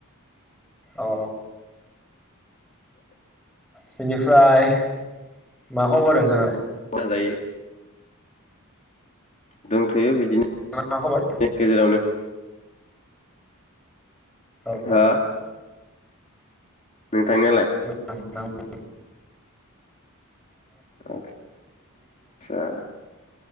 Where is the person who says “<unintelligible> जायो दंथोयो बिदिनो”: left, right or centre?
Left